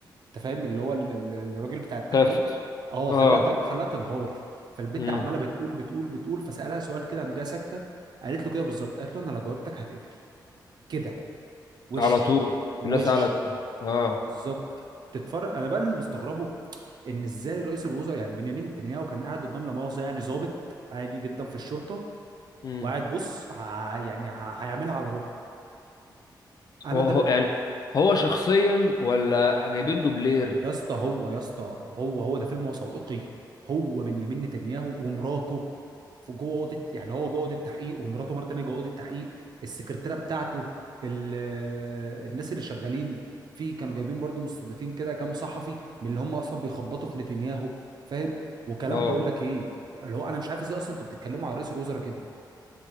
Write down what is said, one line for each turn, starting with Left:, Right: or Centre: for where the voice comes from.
Right: انت فاهم اللي هو ال- ال- الراجل بتاع التحقيق
Left: ثفت
Right: اه
Left: اه
Right: خلاها اه تن- خلاها تنهار فالبت
Left: امم
Right: عماله بتقول بتقول بتقول فسالها سؤال كده قام جايه ساكته قالت له كده بالظبط قالت له انا لو جاوبتك هتقتل كده وش
Left: على طول
Right: وش
Left: الناس اعلى منها اه
Right: بالظبط تتفرج انا بقى اللي مستغربه ان ازاي رئيس الوزراء يعني بنيامين نتنياهو كان قاعد قدام لا مؤاخذه يعني ضابط عادي جدا في الشرطه
Left: امم
Right: وقاعد بص ه... يعني ه... هيعملها على روحه انا
Left: هو
Right: ده
Left: هو-
Right: ب...
Left: يعني هو شخصيا ولا جايبين دوبلير
Right: يا اسطى هو يا اسطى هو هو ده فيلم هو وثائقي هو بنيامين نتنياهو ومراته في جوه اوضه يعني هو جوه اوضه تحقيق ومراته مره تانيه جوه اوضه تحقيق السكرتيره بتاعته ال... الناس اللي شغالين في كانوا جايبين برضو مستضيفين كده كام صحفي من اللي هم اصلا بيخبطوا في نتنياهو فاهم وكلام
Left: اه
Right: بقول لك ايه اللي هو انا مش عارف ازاي اصلا انتوا بتتكلموا على رئيس الوزراء كده